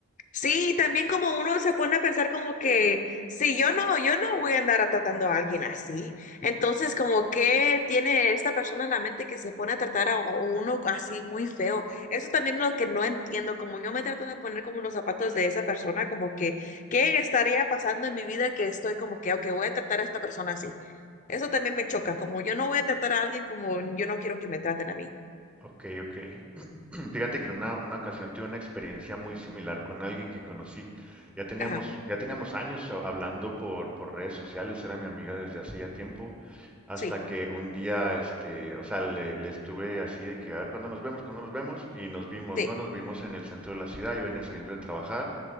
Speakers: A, on the left (about 35°); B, in the centre.
A: Sí, también como uno se pone a pensar como que si yo no, yo no voy a andar tratando a alguien así. Entonces, como que tiene esta persona en la mente que se pone a tratar a u- uno así muy feo. Eso también es lo que no entiendo, como yo me trato de poner como los zapatos de esa persona, como que, ¿qué estaría pasando en mi vida que estoy como que, ok, voy a tratar a esta persona así? Eso también me choca, como yo no voy a tratar a alguien como yo no quiero que me traten a mí.
B: Ok, ok. <clears throat> Fíjate que en una, una ocasión tuve una experiencia muy similar con alguien que conocí. Ya teníamos,
A: Ajá,
B: ya teníamos años hab- hablando por, por redes sociales, era mi amiga desde hacía tiempo, hasta
A: sí,
B: que un día, este, o sea, le, le estuve así de que, a ver, ¿cuándo nos vemos? ¿Cuándo nos vemos? Y nos vimos,
A: sí,
B: no nos vimos en el centro de la ciudad, yo venía saliendo de trabajar